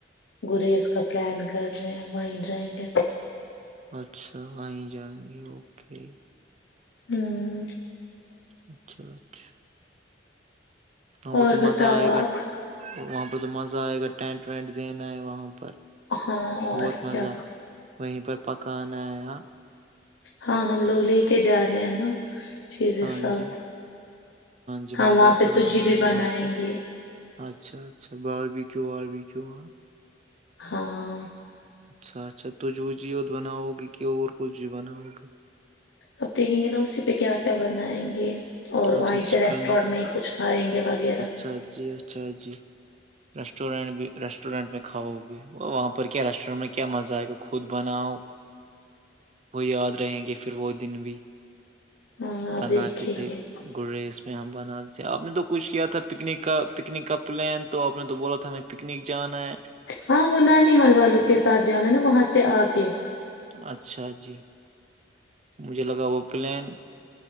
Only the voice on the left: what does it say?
گریز کا پلان کر رہے ہیں وہیں جائیں گے
ہوں
اور
بتاؤ
آپ
ہاں اور
کیا
ہاں ہم لوگ لے کے جا رہے ہیں نا چیز
ساتھ
ہاں
وہاں پہ
ت
جی بھی
بنائیں
گے
ہاں
اب دیکھیں گے نا اسی پہ کیا کیا بنائیں گے اور
وہیں سے
ریسٹورینٹ
میں ہی کچھ کھائیں گے وغیرہ
ہاں آپ
دیکھیں
گے
ہاں وہ نانی حال والوں کے ساتھ جانا ہے نا وہاں سے آ کے